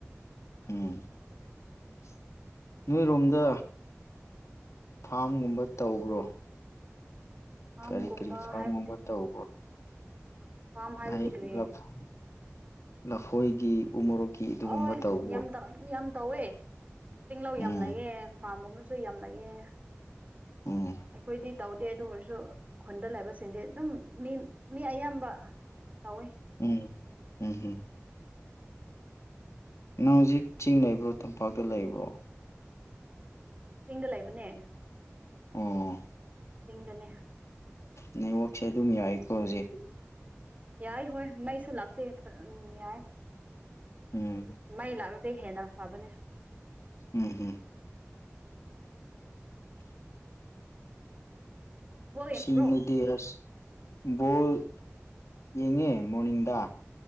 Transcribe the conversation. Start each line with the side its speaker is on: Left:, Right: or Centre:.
Left: ꯎꯝ ꯫ ꯅꯣꯏꯔꯣꯝꯗ ꯐꯥꯝꯒꯨꯝꯕ ꯇꯧꯕ꯭ꯔꯣ?
Right: ꯐꯥꯝꯒꯨꯝꯕ
Left: ꯀꯔꯤ ꯀꯔꯤ ꯐꯥꯝꯒꯨꯝꯕ
Right: ꯍꯥꯏꯕꯗꯤ
Left: ꯇꯧꯕꯔꯣ?
Right: ꯐꯥꯝ ꯍꯥꯏꯕꯗꯤ
Left: ꯑꯩ
Right: ꯀꯔꯤ
Left: ꯂꯥꯐꯨ ꯂꯐꯣꯏꯒꯤ ꯎꯃꯣꯔꯣꯛꯀꯤ ꯑꯗꯨꯒꯨꯝꯕ
Right: ꯑꯣꯏ
Left: ꯇꯧꯕ꯭ꯔꯣ
Right: ꯌꯥꯝ ꯇꯧ ꯌꯥꯝ ꯇꯧꯋꯦ꯫ ꯇꯤꯡꯂꯧ
Left: ꯎꯝ
Right: ꯌꯥꯝ ꯂꯩꯌꯦ ꯐꯥꯔꯝ ꯒꯨꯝꯕꯁꯨ ꯌꯥꯝ ꯂꯩꯌꯦ꯫
Left: ꯎꯝ
Right: ꯑꯩꯈꯣꯏꯗꯤ ꯇꯧꯗꯦ ꯑꯗꯨ ꯑꯣꯏꯔꯁꯨ ꯈꯨꯟꯗ ꯂꯩꯕꯁꯤꯡꯗꯤ ꯑꯗꯨꯝ ꯃꯤ ꯃꯤ ꯑꯌꯥꯝꯕ ꯇꯧꯋꯦ
Left: ꯎꯝ ꯎꯝꯍꯝ ꯅꯪ ꯍꯧꯖꯤꯛ ꯆꯤꯡ ꯂꯩꯕ꯭ꯔꯣ ꯇꯝꯄꯥꯛꯇ ꯂꯩꯕ꯭ꯔꯣ?
Right: ꯆꯤꯡꯗ ꯂꯩꯕꯅꯦ꯫
Left: ꯑꯣ
Right: ꯆꯤꯡꯗꯅꯦ꯫
Left: ꯅꯦꯠꯋꯥꯔꯛ ꯁꯦ ꯑꯗꯨꯝ ꯌꯥꯏꯀꯣ ꯍꯧꯖꯤꯛ
Right: ꯌꯥꯏ ꯍꯣꯏ ꯃꯩꯁꯨ ꯂꯥꯛꯇꯦ ꯐꯥꯑꯝ ꯌꯥꯏ꯫
Left: ꯎꯝ
Right: ꯃꯩ ꯂꯥꯛ ꯇꯩ ꯍꯦꯟꯅ ꯐꯥꯕꯅꯦ
Left: ꯎꯝ ꯍꯝ
Right: ꯕꯣꯜ ꯌꯦꯡꯕ꯭ꯔꯣ
Left: ꯁꯤꯡꯅꯗꯦꯔꯖ ꯕꯣꯜ ꯌꯦꯡꯉꯦ ꯃꯣꯔꯅꯤꯡꯗ